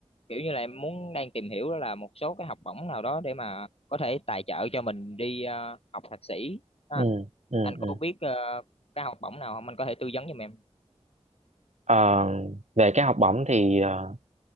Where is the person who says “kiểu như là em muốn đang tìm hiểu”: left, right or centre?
Left